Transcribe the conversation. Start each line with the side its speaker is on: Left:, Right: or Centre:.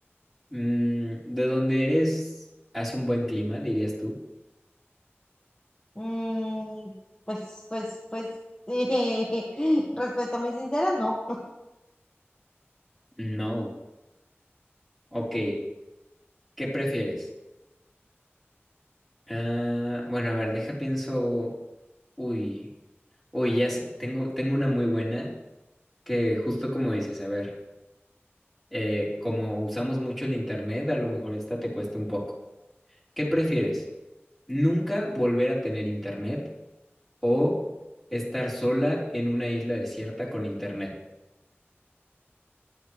Centre: Mm, ¿de dónde eres? ¿Hace un buen clima, dirías tú?
Left: Mm, pues, pues, pues, sí. <laughs> Respuesta muy sincera, no.
Centre: No. Ok. ¿Qué prefieres? Ah, bueno, a ver, deja pienso. Uy, uy, ya sé, tengo, tengo una muy buena que justo como dices, a ver, eh, como usamos mucho el internet, a lo mejor esta te cuesta un poco. ¿Qué prefieres? ¿Nunca volver a tener internet o estar sola en una isla desierta con internet.